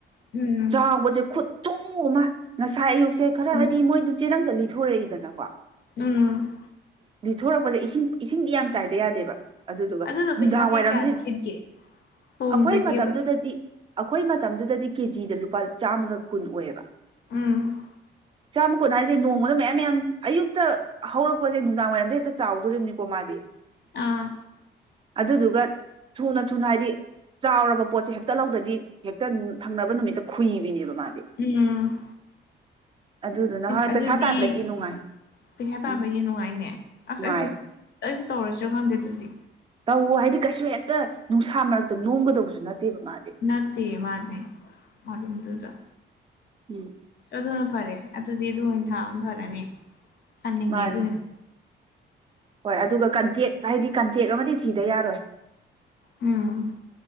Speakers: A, on the left; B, on the right.
A: ꯎꯝ
B: ꯆꯥꯎꯕꯖꯦ ꯈꯨꯠꯊꯨ ꯑꯃ ꯉꯁꯥꯏ ꯑꯌꯨꯛꯁꯦ ꯈꯔ
A: ꯎꯝ
B: ꯍꯥꯏꯗꯤ ꯃꯣꯏꯗꯨ ꯆꯦꯔꯪꯗ ꯂꯤ ꯊꯣꯔꯛꯏꯗꯅꯀꯣ
A: ꯎꯝ
B: ꯂꯤꯊꯣꯔꯛꯄꯁꯦ ꯏꯁꯤꯡ ꯏꯁꯤꯡꯗꯤ ꯌꯥꯝ ꯆꯥꯏꯗ ꯌꯥꯗꯦꯕ ꯑꯗꯨꯗꯨꯒ
A: ꯑꯗꯨꯗꯣ
B: ꯅꯨꯡꯗꯥꯡ
A: ꯄꯩꯁꯥ ꯀꯌꯥ
B: ꯋꯥꯏꯔꯝꯁꯤ
A: ꯀꯌꯥꯗꯤ ꯁꯤꯠꯀꯦ ꯍꯣꯡꯖꯒꯦꯕ
B: ꯑꯩꯈꯣꯏ ꯃꯇꯝꯗꯨꯗꯗꯤ ꯑꯩꯈꯣꯏ ꯃꯇꯝꯗꯨꯗꯗꯤ ꯀꯦꯖꯤꯗ ꯂꯨꯄꯥ ꯆꯥꯝꯃꯒ ꯀꯨꯟ ꯑꯣꯏꯌꯦꯕ
A: ꯎꯝ
B: ꯆꯥꯝꯃ ꯀꯣꯟ ꯍꯥꯏꯁꯦ ꯅꯣꯡꯃꯗ ꯃꯌꯥꯝ ꯌꯥꯝ ꯑꯌꯨꯛꯇ ꯍꯧꯔꯛꯄꯁꯦ ꯅꯨꯡꯗꯥꯡ ꯋꯥꯏꯔꯝꯗ ꯍꯦꯛꯇ ꯆꯥꯎꯗꯣꯔꯤꯕꯅꯤꯀꯣ ꯃꯥꯗꯤ
A: ꯑꯥ
B: ꯑꯗꯨꯗꯨꯒ ꯊꯨꯅ ꯊꯨꯅ ꯍꯥꯏꯗꯤ ꯆꯥꯎꯔꯕ ꯄꯣꯠꯁꯦ ꯍꯦꯛꯇ ꯂꯧꯗꯗꯤ ꯍꯦꯛꯇ ꯊꯪꯅꯕ ꯅꯨꯃꯤꯠꯇ ꯈꯨꯨꯏꯕꯤꯅꯦꯕ ꯃꯥꯗꯤ
A: ꯎꯝ
B: ꯑꯗꯨꯗꯨꯅ ꯍꯣꯏ
A: ꯑꯗꯨꯗꯤ
B: ꯄꯩꯁꯥ ꯇꯥꯟꯕꯗꯤ ꯅꯨꯡꯉꯥꯏ
A: ꯄꯩꯁꯥ ꯇꯥꯟꯕꯒꯤ
B: ꯎꯝ
A: ꯅꯨꯡꯉꯥꯏꯅꯦ ꯑꯁ
B: ꯅꯨꯡꯉꯥꯏ
A: ꯑꯩꯁꯨ ꯑꯩꯁꯨ ꯇꯧꯔꯁꯤ ꯈꯪꯗꯦ ꯑꯗꯨꯗꯤ
B: ꯇꯧꯋ ꯍꯥꯏꯗꯤ ꯀꯩꯁꯨ ꯍꯦꯛꯇ ꯅꯨꯡꯁꯥ ꯃꯔꯛꯇ ꯅꯣꯝꯒꯗꯧꯕꯁꯨ ꯅꯠꯇꯦꯕ ꯃꯥꯗꯤ
A: ꯅ ꯃꯥꯅꯦ ꯃꯅꯨꯡꯗꯨꯗ
B: ꯎꯝ
A: ꯑꯗꯨꯅ ꯐꯔꯦ ꯑꯗꯨꯗꯤ ꯑꯗꯨ ꯑꯣꯏꯅ ꯊꯥꯕ ꯐꯔꯅꯤ ꯊꯥꯅꯤꯡꯉꯦ
B: ꯃꯥꯅꯦ
A: ꯑꯗꯨ ꯑꯣꯏꯅ
B: ꯍꯣꯏ ꯑꯗꯨꯒ ꯀꯟꯇꯦꯛ ꯍꯥꯏꯗꯤ ꯀꯟꯇꯦꯛ ꯑꯃꯗꯤ ꯊꯤꯗ ꯌꯥꯔꯣꯏ
A: ꯎꯝ